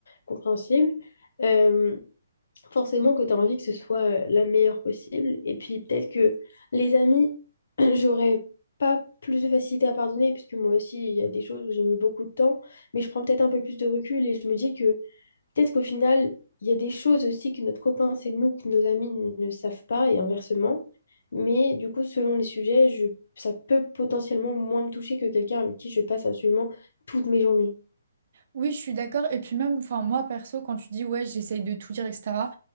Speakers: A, on the left; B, on the right.
A: compréhensible. Euh, forcément que tu as envie que ce soit euh, la meilleure possible. Et puis peut-être que les amis, <clears throat> j'aurais pas plus de facilité à pardonner, puisque moi aussi, il y a des choses où j'ai mis beaucoup de temps, mais je prends peut-être un peu plus de recul et je me dis que peut-être qu'au final, il y a des choses aussi que notre copain sait de nous, que nos amis ne savent pas, et inversement. Mais du coup, selon les sujets, je, ça peut potentiellement moins me toucher que quelqu'un avec qui je passe absolument toutes mes journées.
B: Oui, je suis d'accord. Et puis même, enfin, moi perso, quand tu dis ouais, j'essaye de tout dire, etc.